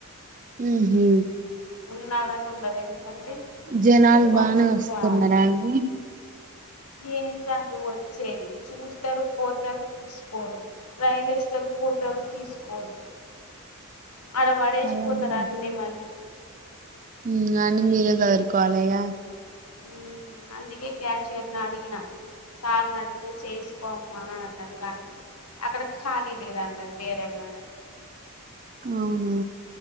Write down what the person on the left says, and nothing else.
ఉన్నాగని ఉండలేము అంటే
ఎక్కువ
మంది
రారు
ఏంటండి వచ్చేది చూస్తారు పోతారు తీసుకోరు. ట్రైలేస్తరు ఫోటోలు తీసుకోరు. ఆడ పడేసిపోతారు
అన్నీ మళ్ళీ.
మ్మ్ అందుకే క్యాషియర్ ని అడిగిన సార్ అడిగితే చేసుకోమ్మా అని అన్నడు గాని అక్కడ ఖాళీ లేదన్నది వేరే మేడం.